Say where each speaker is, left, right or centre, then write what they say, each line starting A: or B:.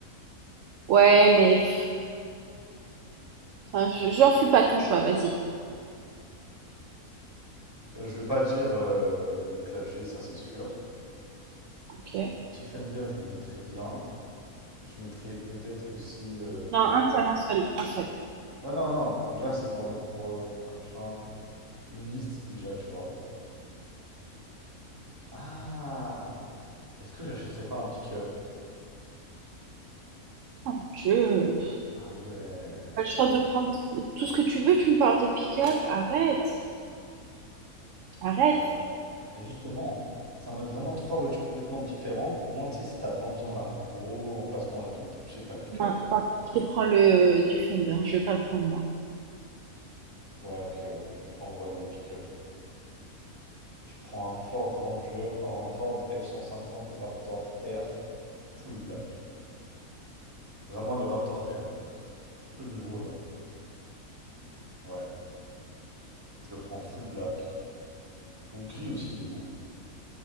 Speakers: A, on the right; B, on the right.
A: Ouais, mais... pff, enfin, je- j'influe pas ton choix, vas-y.
B: Euh, je vais pas dire euh, le Clash G, ça c'est sûr.
A: Ok.
B: Defender, je le mettrais bien. Je mettrais peut-être aussi. euh,
A: Non, un seul, un seul, un seul.
B: Oh non, non, là c'est en mode pour. euh, ah, Je fais un- une liste déjà, tu vois. Ah! Est-ce que j'achèterais pas un pick-up?
A: Oh mon Dieu.
B: Ah ouais.
A: T'as le choix de prendre t- tout ce que tu veux, tu me parles de pick-up? Arrête, arrête.
B: Ouais. Ah, Justement, c'est en mode vraiment trois voitures complètement différentes. Et au moins, tu sais, si t'as vraiment besoin d'un gros emplacement et tout, tu sais que t'as le pick-up,
A: Non, je
B: quoi.
A: prends je prends le du Fender, je vais pas le prendre moi.
B: Ouais, ok, ouais. Je vais prendre le pick-up. Je prends un Ford Ranger, euh, un Ford f cent cinquante Raptor R, full black. Vraiment le Raptor R. Le nouveau là. Ouais. Je le prends full black. Ou gris aussi, il est beau.